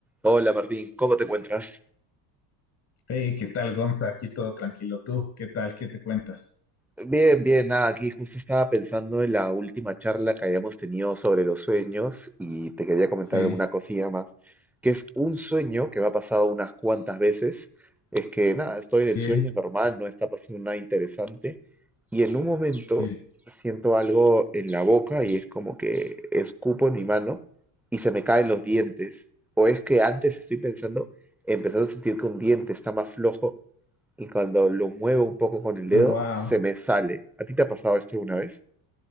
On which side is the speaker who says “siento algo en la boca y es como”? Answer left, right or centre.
Centre